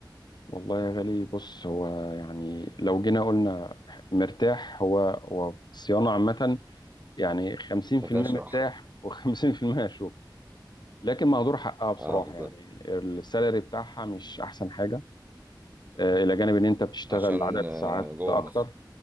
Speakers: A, on the left; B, on the right.
A: والله يا غالي بص هو يعني لو جينا قلنا مرتاح هو هو الصيانة عامة يعني 50%
B: ما فيهاش
A: مرتاح
B: راحة
A: <laughs> و50% شغل لكن مهدور حقها بصراحة
B: اه بالظبط
A: يعني السالري بتاعها مش أحسن حاجة آه، إلى جانب إن أنت بتشتغل
B: عشان
A: عدد
B: آه،
A: ساعات
B: جوه
A: أكتر
B: مصر